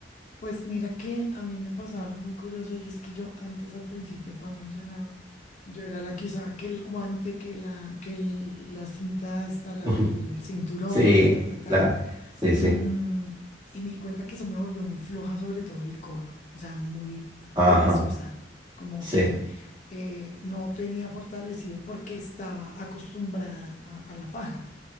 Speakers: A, on the left (about 40°); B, on the right (about 25°).
A: pues mira que a mí me pasaba algo muy curioso y es que yo antes al principio cuando entrenaba, yo era la que usaba que el guante, que la, que el- la cinta esta, la-
B: <laughs>
A: el cinturón,
B: Sí,
A: que ta, ta, ta.
B: la, sí, sí,
A: mm, y me di cuenta que eso me volvió muy floja, sobre todo el core, o sea, muy
B: ajá,
A: perezosa, como
B: sí,
A: que eh, no tenía fortalecido porque estaba acostumbrada a a la faja.